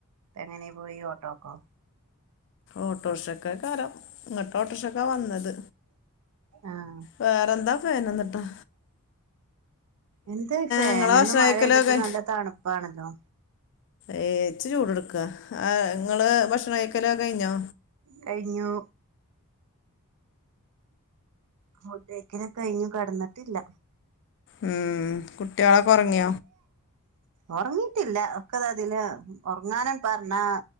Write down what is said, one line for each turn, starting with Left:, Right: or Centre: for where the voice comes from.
Right: എങ്ങനെ പോയി ഓട്ടോക്കോ.
Left: ഓട്ടോഷക്കെക്കാരം ഇങ്ങോട്ട് ഓട്ടോർക്ഷക്ക വന്നത്.
Right: ആഹ്
Left: വേറെന്താ ഫേനൊന്നിട്ടാ.
Right: എന്ത് ഫേന്
Left: നിങ്ങളെ
Right: ഇന്ന്
Left: ഭക്ഷണം
Right: മഴെയ്തിട്ട്
Left: കഴിക്കലൊക്കെ
Right: നല്ല തണുപ്പാണല്ലോ.
Left: ഏ ഇച് ചൂട് എടുക്ക ആ നിങ്ങള് ഭക്ഷണം കഴക്കലൊക്കെ കഴിഞ്ഞോ?
Right: കഴിഞ്ഞു. ഫുഡ് കഴിക്കലൊക്കെ കഴിഞ്ഞു കടന്നിട്ടില്ല.
Left: ഉം കുട്ടികളൊക്കെ ഒറങ്ങി.
Right: ഉറങ്ങിട്ടില്ല ഒക്കെതാ ഇതില ഉറങ്ങാനണ് പറഞ്ഞാ.